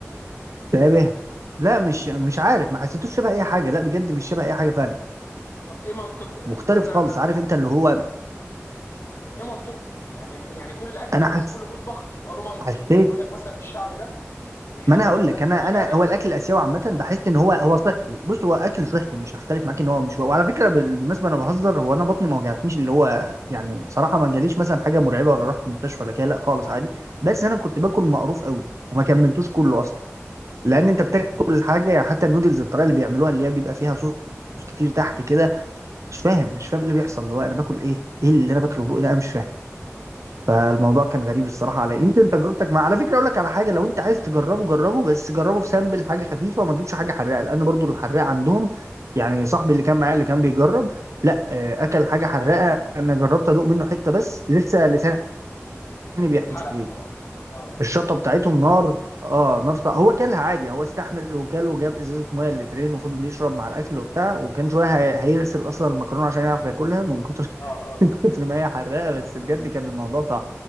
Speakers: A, on the right (about 75°); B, on the left (about 55°).
A: شبه لا مش مش عارف ما حسيتوش شبه اي حاجة لا بجد مش شبه اي حاجة فعلا
B: طب ايه منطقه يعني
A: مختلف
B: مثلا
A: خالص
B: انا هقول
A: عارف
B: لك
A: انت
B: مثلا
A: اللي هو
B: ايه منطقه يعني يعني كل اكل
A: انا
B: برضه
A: حس
B: كل مطبخ يبقى له منطق
A: حسيت
B: يعني يقول لك مثلا الشعب ده بيحب
A: ما انا
B: مثلا
A: هقول لك
B: الحاجه
A: انا انا هو الاكل الاسيوي عامه
B: اه
A: بحس ان هو هو صحي بص هو اكل صحي مش هختلف معاك ان هو مش وعلى فكره بالمناسبه انا بهزر هو انا بطني ما وجعتنيش اللي هو يعني بصراحه ما جاليش مثلا حاجه مرعبه ولا رحت مستشفى ولا كده لا خالص عادي بس انا كنت باكل مقروف قوي وما كملتوش كله اصلا لان
B: اه
A: انت
B: اه
A: بتاكل حاجه يعني حتى النودلز الطريقه اللي بيعملوها اللي هي بيبقى فيها صوص كتير تحت كده مش فاهم مش فاهم إيه اللي بيحصل اللي هو انا باكل ايه ايه اللي انا باكله
B: م-
A: بقى ده انا مش فاهم فالموضوع
B: م- م.
A: كان غريب الصراحه على يمكن تجربتك مع على فكره اقول لك على حاجه لو انت عايز تجربه جربه بس جربه في سامبل حاجه خفيفه وما تجيبش حاجه حراقه لان برضو الحراقه عندهم يعني صاحبي اللي كان معايا اللي كان بيجرب لا آه، اكل حاجه حراقه
B: تعب
A: انا جربت ادوق منه حته بس لسه لساني بيحتاج
B: اتحرق طبعا اه
A: الشطه
B: اه
A: بتاعتهم نار اه نار صع- هو كلها عادي هو استحمل وكل وجاب ازازه ميه لترين وفضل يشرب مع الاكل وبتاع وكان شويه هي- هيغسل اصلا المكرونه عشان يعرف ياكلها من كتر
B: اه اه
A: من كتر ما هي حراقه بس بجد كان الموضوع صعب